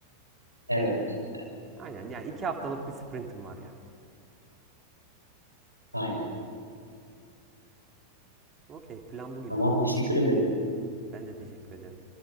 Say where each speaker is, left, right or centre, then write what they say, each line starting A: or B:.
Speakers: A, on the right; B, on the right.
A: Evet. Evet.
B: Aynen yani 2 haftalık bir sprintim var yani.
A: Aynen.
B: Okey plan bu gibi.
A: Tamam. Teşekkür ederim.
B: Ben de teşekkür ederim.